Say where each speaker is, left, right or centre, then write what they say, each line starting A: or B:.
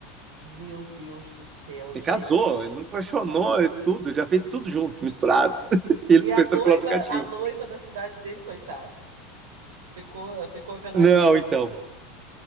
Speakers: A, on the right; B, on the right.
A: Meu Deus do céu,
B: Ele
A: gente.
B: casou, ele não apaixonou, é tudo, já fez tudo junto, misturado. <laughs> e eles
A: E
B: se
A: a
B: conheceram
A: noiva,
B: pelo aplicativo.
A: a noiva da cidade dele, coitado, ficou, ficou vendo
B: Não,
A: a vida.
B: então.